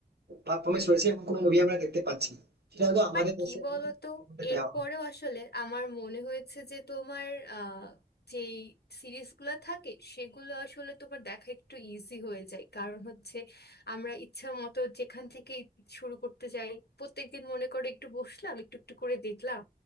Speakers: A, on the right; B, on the left.
A: পারফরমেন্স রয়েছে এমন কোনো মুভি আমরা দেখতে পাচ্ছি না। সেটা হয়তো আমাদের
B: বাট
A: দেশে
B: কি
A: এখনো
B: বলতো
A: তেমনটা
B: এরপরেও
A: দেওয়া হয় না।
B: আসলে আমার মনে হয়েছে যে তোমার আহ, যেই সিরিজগুলো থাকে সেগুলো আসলে তোমার দেখা একটু ইজি হয়ে যায় কারণ হচ্ছে আমরা ইচ্ছা মতো যেখান থেকে শুরু করতে যাই প্রত্যেকদিন মনে করো একটু বসলাম একটু একটু করে দেখলাম